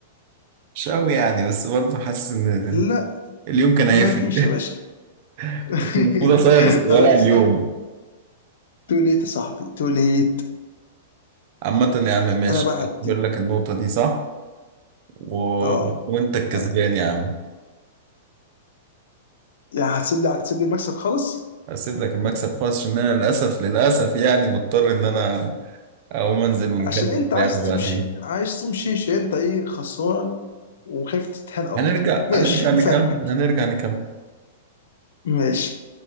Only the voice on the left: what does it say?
لا
ما
فيش يا باشا
<laughs>
خلاص
تو ليت يا صاحبي تو ليت
انا بعد
دي
اه
آه،
يعني هتسيب لي هتسيب لي المكسب خالص
عشان انت
عايز تمشي
عايز تمشي عشان انت ايه خسران وخايف تتهان اكتر
ماشي
فاهمك
ماشي